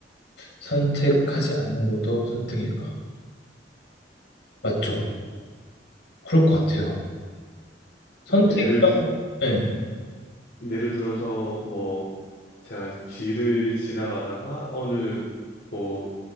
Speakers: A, on the left (about 85°); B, on the left (about 70°).
A: 선택하지 않는 것도 선택일까? 맞죠. 그럴 것 같아요.
B: 그럼
A: 선택이라고,
B: 예를 들,
A: 네.
B: 예를 들어서 뭐 제가 길을 지나가다가 어느 뭐